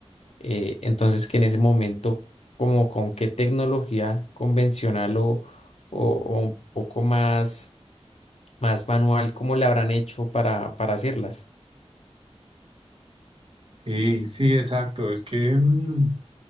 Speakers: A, on the left; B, on the right.
A: Eh, entonces que en ese momento, como con qué tecnología convencional o, o- o un poco más, más manual, cómo la habrán hecho para, para hacerlas.
B: sí, sí, exacto. Es que... mm,